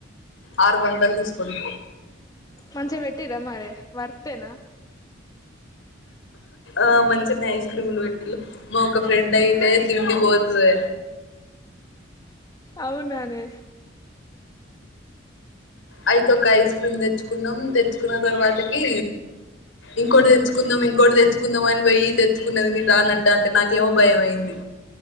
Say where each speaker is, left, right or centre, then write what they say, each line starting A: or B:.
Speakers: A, on the left; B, on the left.
A: ఆరు వందలు తీసుకుంట
B: మంచి పెట్టరా మారే వర్తనా
A: ఆ మంచినే ఐస్ క్రీమ్లు పెట్టిళ మా ఒక ఫ్రెండ్ అయితే తిండిపోతుంది
B: అవున్నాను
A: అయితే ఒ ఒక ఐస్ క్రీమ్ నచ్చ తెచ్చకున్నాం తెచ్చుకున్న తర్వాతకి ఇంకోటి తెచ్చుకుందాం ఇంకోటి తెచ్చుకుందాం అని పోయి తెచ్చుకున్నది నేను రానంటే అంటే నాకేమో భయం అయింది